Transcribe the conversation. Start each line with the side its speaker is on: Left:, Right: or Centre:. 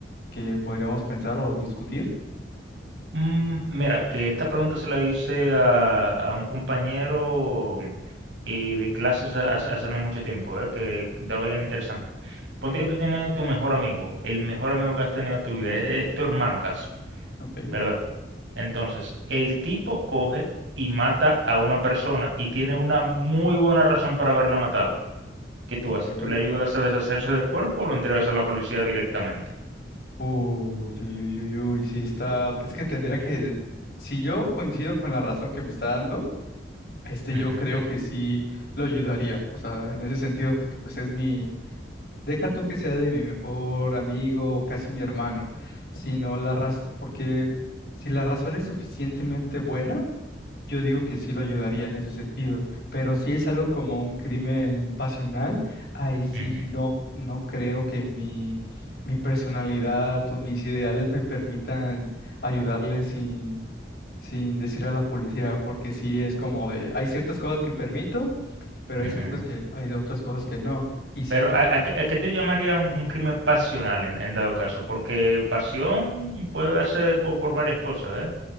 Left: que podríamos pensar o discutir?
Right: Mm, Mira, que esta pregunta se la hice a, a un compañero y de clases ha- hace, hace no mucho tiempo, eh, que estaba bien interesante. Ponte que tú tienes tu mejor amigo, el mejor amigo que has tenido en tu vida, es es tu hermano casi.
Left: Ok,
Right: ¿verdad? Entonces, el tipo coge y mata a una persona y tiene una muy buena razón para haberla matado. ¿Qué tú
Left: ok.
Right: haces? ¿Tú le ayudas a deshacerse del cuerpo o lo entregas a la policía directamente?
Left: Uy, uy, uy, uy, uy, sí está, es que tendría que, si yo coincido con la razón que me está dando, este
Right: Ujú,
Left: yo creo
Right: ujú,
Left: que sí lo ayudaría, o sea, en ese sentido, porque pues es mi, deja tú que sea de mi mejor amigo o casi mi hermano, sino la razón, porque si la razón es suficientemente buena, Yo digo que sí lo ayudaría en ese sentido, pero si es algo como un crimen pasional, ahí sí
Right: ujú,
Left: no, no creo que mi, mi personalidad o mis ideales me permitan ayudarle sin, sin decir a la policía, porque sí es como de, hay ciertas cosas que permito, pero hay
Right: ujú.
Left: ciertas que, hay otras cosas que no. Y sí,
Right: Pero,
Left: cos-
Right: ¿a, a qué a qué te llamaría un, un crimen pasional en, en dado caso? Porque pasión puede darse po- por, varias cosas, ¿eh?